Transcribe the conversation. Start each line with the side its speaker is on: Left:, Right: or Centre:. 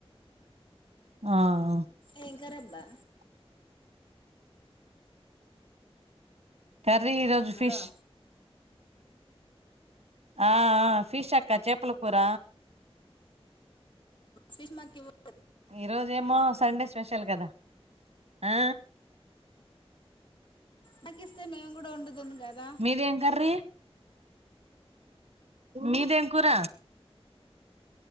Right: ఆఆ
Left: ఏం కురబ్బా?
Right: కర్రీ ఈ రోజు
Left: హలో
Right: ఫిష్ ఆ ఆ ఫిష్ అక్క చేపల కూర.
Left: ఫిష్ మాకివ్వు
Right: ఈ రోజేమో సండే స్పెషల్ కదా, ఆ
Left: నాకిస్తే నేం కూడా వండుదును. కదా
Right: మీది ఏం కర్రీ? మీదేం కూర?